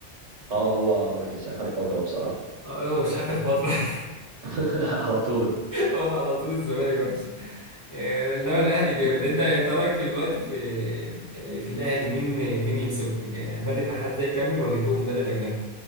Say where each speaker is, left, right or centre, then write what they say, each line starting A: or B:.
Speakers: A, on the right; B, on the left.
A: اه هو وحش اخر فتره بصراحه
B: آه، هو مش اخر فتره <laughs>
A: <laughs> على طول
B: هو على طول الزمالك وحش آه، انما الاهلي جامد انت انت رايك في الوقت في آه، في الاهلي مين مين يمسكه عماد النحاس ده يكمل ولا يجيبه مدرب اجنبي